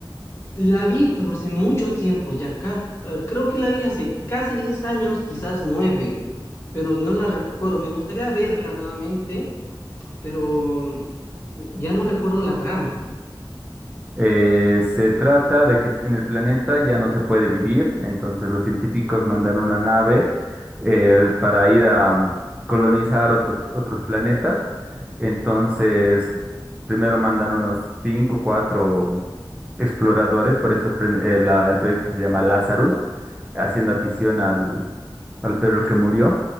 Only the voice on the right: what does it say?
Eh, se trata de que en el planeta ya no se puede vivir, entonces los científicos mandan una nave eh, para ir a mm, colonizar otros, otros planetas. Entonces, primero mandan unos cinco, o cuatro exploradores, por eso prim- eh, la- el proyecto se llama Lazarus, haciendo afición al, al perro que murió.